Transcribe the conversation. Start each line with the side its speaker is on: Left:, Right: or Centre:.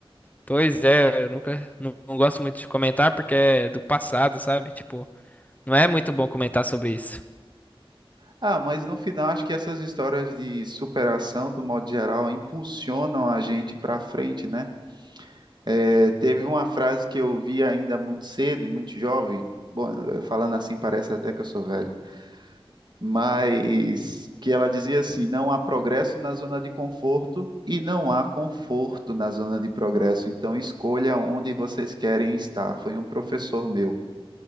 Left: Pois é, eu nunca, não, não gosto muito de comentar porque é do passado, sabe? Tipo, não é muito bom comentar sobre isso.
Right: Ah, mas no final acho que essas histórias de superação, do modo geral, impulsionam a gente para frente, né? É, teve uma frase que eu vi ainda muito cedo, muito jovem. Bom, falando assim parece até que eu sou velho mas que ela dizia assim: não há progresso na zona de conforto e não há conforto na zona de progresso, então escolha onde vocês querem estar. Foi um professor meu.